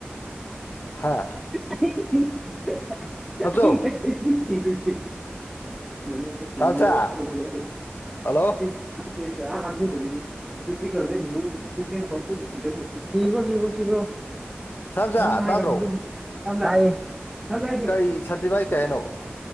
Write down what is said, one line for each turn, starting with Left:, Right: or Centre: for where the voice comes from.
Left: ꯃꯆꯥ
Centre: <inaudible>
Left: ꯁꯥꯝꯆꯧ
Centre: ꯅꯪꯉꯦꯦ <inaudible>
Left: ꯁꯥꯝꯆꯥ ꯍꯜꯂꯣ
Centre: <inaudible> <inaudible> <inaudible>
Left: ꯁꯥꯝꯆꯥ ꯇꯥꯗ꯭ꯔꯣ ꯑꯩ ꯁꯇꯤꯚꯥꯏ ꯀꯩ ꯍꯥꯢꯅꯣ